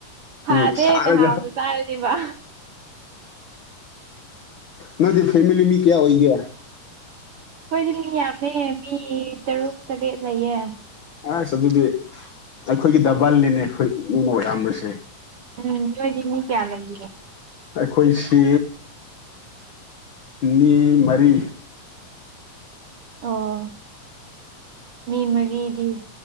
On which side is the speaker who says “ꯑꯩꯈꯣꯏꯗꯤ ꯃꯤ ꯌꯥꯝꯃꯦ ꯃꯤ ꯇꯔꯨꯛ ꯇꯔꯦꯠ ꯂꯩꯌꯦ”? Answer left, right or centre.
Right